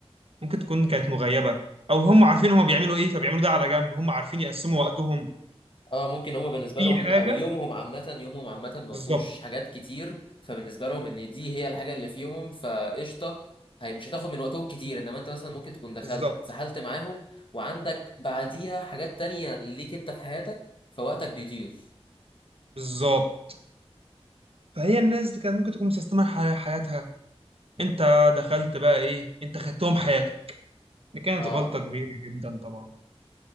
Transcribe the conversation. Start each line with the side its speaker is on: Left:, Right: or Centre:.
Right: ممكن تكون كانت مغيبه او هم عارفين هم بيعملوا ايه فبيعملوا ده على جنب هم عارفين يقسموا وقتهم
Left: اه ممكن هما بالنسبه
Right: في
Left: لهم
Right: حاجه
Left: او يومهم عامه يومهم عامه ما
Right: بالظبط
Left: فيهوش حاجات كتير فبالنسبه لهم ان دي هي الحاجه اللي في يومهم فقشطه هي مش هتاخد من وقتهم كتير انما انت مثلا ممكن تكون دخلت
Right: بالظبط
Left: اتسحلت معاهم وعندك بعديها حاجات تانية ليك انت في حياتك فوقتك بيطير
Right: بالظبط فهي الناس دي كانت ممكن تكون مسيستمه حي- حياتها انت دخلت بقى ايه انت خدتهم حياتك دي كانت
Left: اه
Right: غلطه كبيره جدا طبعا